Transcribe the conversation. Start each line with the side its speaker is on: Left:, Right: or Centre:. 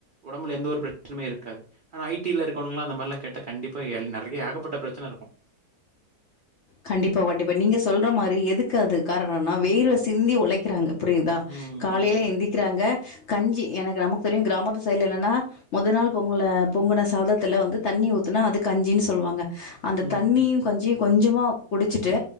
Right: ஒடம்புல எந்த ஒரு பிரச்சனுமே இருக்காது ஆனா ஐடியில இருக் கவனுங்கல்லா அந்த மார்லா கேட்டா கண்டிப்பா எல் நெறயா ஏகப்பட்ட பிரச்சனருக்கு
Left: கண்டிப்பா கண்டிப்பா நீங்க சொல்ற மாரி எதுக்கு அது காரணோனா வேர்வ சிந்தி ஒலைக்குறவங்க புரியிதா
Right: ம்,
Left: காலையில
Right: ம்.
Left: எந்திக்கிறாங்க கஞ்சி எனக்கு நமக்கு தெரியு கிராமத்து சைடுல என்னன்னா மொத நாள் பொங்குல பொங்குன சாதத்துல வந்து தண்ணி ஊத்துனா அது கஞ்சின்னு சொல்லுவாங்க அந்த
Right: ம்,
Left: தண்ணியு கஞ்சியு கொஞ்சமா குடிச்சிட்டு